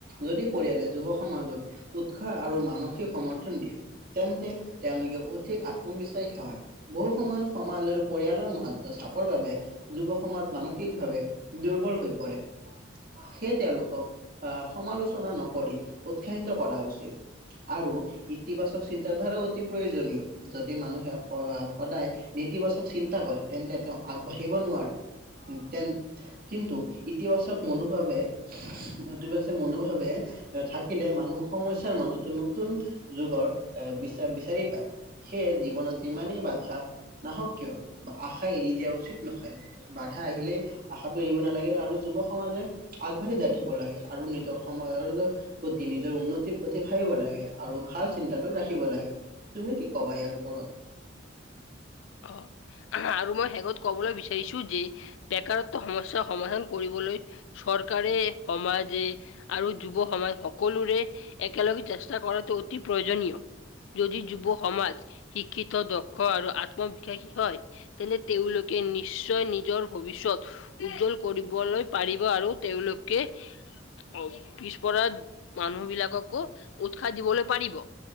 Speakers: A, on the right; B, on the left.
A: যদি পৰিয়ালে যুৱ সমাজক উৎসাহ আৰু মানসিক সমৰ্থন দিয়ে- তেন্তে তেওঁলোকে অধিক আত্মবিশ্বাসী হয়। বহু সময়ত সমাজ আৰু পৰিয়ালৰ মাজ চাপৰ বাবে যুৱ সমাজ মানুহ- সিক ভাৱে দুৰ্বল হৈ পৰে। সেয়ে তেওঁলোকক আহ সমালোচনা নকৰি উৎসাহিত কৰা উচিত। আৰু ইতিবাচক চিন্তাধাৰা অতি প্ৰয়োজনীয়। যদি মানুহে সদায় নেতিবাচক চিন্তা কৰে, তেন্তে তেওঁ আগবাঢ়িব নোৱাৰে। উম' তেন- কিন্তু, ইতিবাচক মনোভাৱে ইতিবাচক মনোভাৱে- থাকিলে মানুহ সমস্যাৰ মাজতো নতুন যুগৰ এ বিচা বিচাৰি পায়। সেয়ে জীৱনত যিমানেই বাধা নাহক কিয় বা আশা এৰি দিয়া উচিত নহয়। বাধা আহিলেই- আশাটো এৰিব নালাগে আৰু যুৱ সমাজে আগবাঢ়ি যাঠিব লাগে আৰু নিজৰ সমাজৰ- প্ৰতি নিজৰ উন্নতিৰ প্ৰতি ভাবিব লাগে আৰু ভাল চিন্তাটো ৰাখিব লাগে। তুমি কি কবা এয়াৰ ওপৰত?
B: অ আৰু মই শেষত কবলৈ বিচাৰিছো যি- বেকাৰত্ব সমস্যা সমাধান কৰিবলৈ- চৰকাৰে সমাজে আৰু যুৱ সমাজ সকলোৰে- একেলগে চেষ্টা কৰাটো অতি প্ৰয়োজনীয়। যদি যুৱ সমাজ শিক্ষিত দক্ষ আৰু আত- ম বিশ্বাসী হয়, তেন্তে তেওঁলোকে নিশ্চয় নিজৰ ভৱিষ্যত- উজ্জ্বল কৰিবলৈ পাৰিব আৰু তেওঁলোকে- অ পিছপৰা মানুহবিলাককো উৎসাহ দিবলৈ পাৰিব।